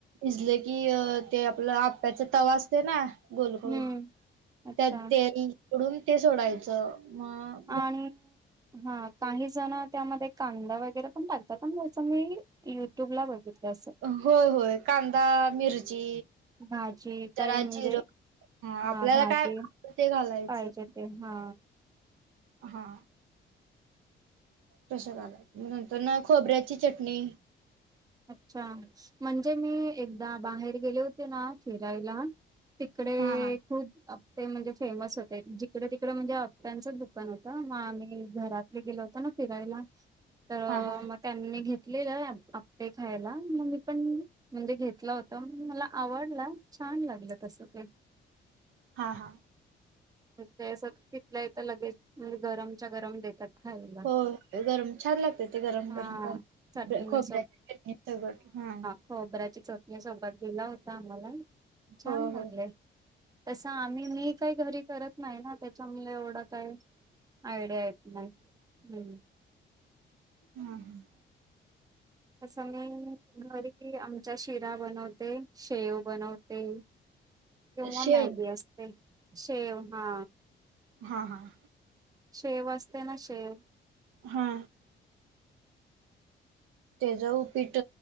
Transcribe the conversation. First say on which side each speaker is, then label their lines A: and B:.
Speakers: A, on the right; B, on the right.
A: इजले की अ ते आपलं आप्याचा तवा आसते ना गोलगोल.
B: हम्म अच्छा
A: त्यात तेल उडून ते सोडायचं म.. अ..
B: आणि हा. काही जणं त्यामध्ये कांदा वगैरे पण टाकतात. पण जसं मी युट्यूबला बग ते आसं.
A: होय होय कांदा मिरची
B: भाजी काय
A: जरा
B: म्हणजे
A: जिरं
B: हा
A: आपल्याला
B: भाजी,
A: काय ते घालायचं
B: पाहिजे ते हा
A: हा. तशा घालाय, नंतर न खोबऱ्याची चटणी.
B: आच्छा. म्हणजे मी एकदा, बाहेर गेले होते ना फिरायला तिकडे ए
A: हा हा
B: खूप आप ते म्हणजे फेमस होते. जिकडं तिकडं म्हणजे आप्प्यांचंच दुकान होत. म आम्ही घरात तिथे गेलो होतो ना फिरायला. तर अ..
A: हा हा
B: म त्यांनी घेतलेलं आप्पे खायला. म मी पण म्हणजे घेतल होत, मला आवडल. छान लागलं तसं ते.
A: हा हा.
B: ते सक इथल्याइथं लगेच म्ह्णजे गरमच्या गरम देतात. खायला
A: होय. गरम छान लागतय ते गरम
B: हा
A: गरम पाणी.
B: चटणी
A: खोबऱ्याच्या चटणीसगट हा
B: खोबऱ्याच्या चोटणी सोबत दिला होता आम्हाला. छान
A: हो
B: लागले.
A: हो
B: तसं आम्ही मी काही घरी करत नाही ना त्याच्यामुळे एवढं काय आयडॅ्या येत नाही हम्.
A: हम् हम्.
B: तसं मी, घरी आमच्या शिरा बनवते. शेव बनवते किंव्हा
A: शेव
B: मॅगी असते. शेव हा
A: हां हां.
B: शेव असते ना शेव
A: हा त्याज उपीट